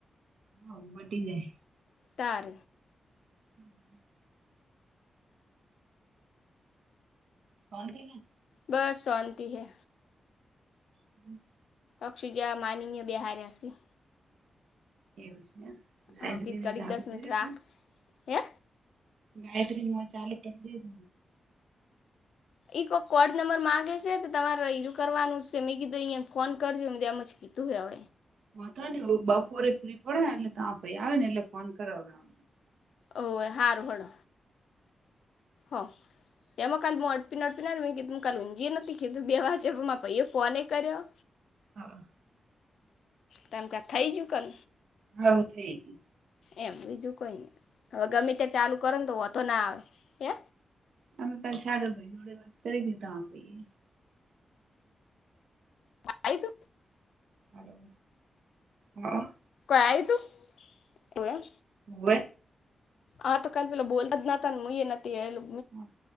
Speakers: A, on the right (about 80°); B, on the left (about 70°).
A: હામટીજાય
B: તાર
A: હમ <inaudible> શાન્તિ હેને
B: બસ શાંત હૈ
A: હમ <inaudible>
B: અક્ષુજા માનીનીય બિહાર્યાસી
A: એવું છે ને ગાયત્રી
B: હા કીધ
A: ને
B: કડીક
A: જાગું
B: દસ
A: કર્યુતુ
B: મિનિટ રાખ હે
A: ગાયત્રી મો ચાલુ કરી દઈ ત
B: એક કોડ નંબર મામાંગે છે તો તમારેયુ કરવાનું છે મેં કીધું અંયાને ફોન કરજો મેતો એમજ કીધુ તું હોય
A: હ તો ને બપોરે ફ્રી પડે ને એટલે તમારા ભાઇ આવે એટલે ફોન કરાવદાઉ
B: ઓવે હાર હણ હ એમ કાલ મો અડપ ન મેં કીધું કાલે ઊંજય નથી કીધું બે વાજેમાં ભાઈ ફોને કર્યો
A: હા
B: એમ તમ કા થઈ ગયું કન
A: હ થઈ ગય
B: એમ બીજું કોઈ નય હવે ગમે તે્યા ચાલુ કર તોય વાંધો ના આવે હે
A: હ અમે ક સાાલો ભાઈ જોડે વાત કરી દીધા ભાઈ
B: આઇ તું
A: હલો હ
B: આઇ તું એવું એમ
A: ઓવે
B: આ તો કાલ પેલો બોલ તનત મુ એ ન હતી એુંલુ
A: બ